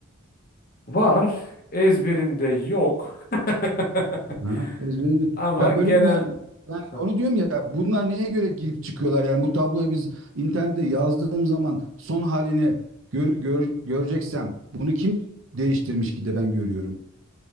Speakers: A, on the left; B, on the right.
A: Var. Ezberimde yok. <laughs>
B: Ha, ezberi.
A: Ama
B: Ya
A: genel
B: böyle bir me- yani
A: Heh.
B: onu diyorum ya bunlar neye göre girip çıkıyorlar yani bu tabloyu biz internete yazdığım zaman son halini gör, gör- göreceksem bunu kim değiştirmiş ki de ben görüyorum.